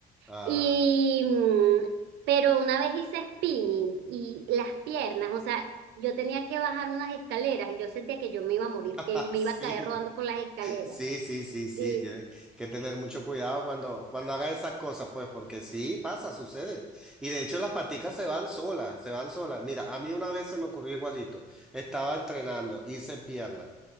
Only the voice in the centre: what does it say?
Ah,
<laughs>
sí,
sí, sí, sí, sí,
tienes que tener mucho cuidado cuando, cuando hagas esas cosas, pues, porque sí, pasa, sucede. Y de hecho las paticas se van solas, se van solas. Mira, a mí una vez se me ocurrió igualito, estaba entrenando, hice pierna.